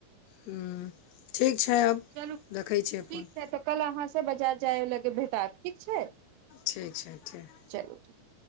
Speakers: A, on the left; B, on the right.
A: हूँ ठीक छै अब
B: चलू
A: रखै छियै
B: ठीक
A: फोन
B: छै तऽ कल अहाँसँ बाजार जाय लगे भेटात ठीक छै
A: ठीक छै ठीक।
B: चलु ठीक।